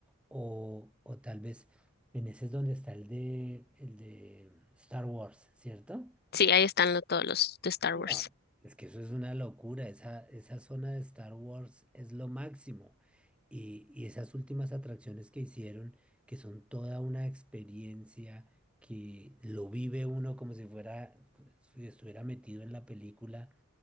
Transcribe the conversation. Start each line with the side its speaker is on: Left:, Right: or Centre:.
Centre: o, o tal vez en ese es donde está el de, el de Star Wars, ¿cierto?
Left: Sí, ahí están lo- todos los de Star
Centre: No,
Left: Wars.
Centre: es que eso es una locura. Esa, esa zona de Star Wars es lo máximo. Y, y esas últimas atracciones que hicieron, que son toda una experiencia, que lo vive uno como si fuera, si estuviera metido en la película,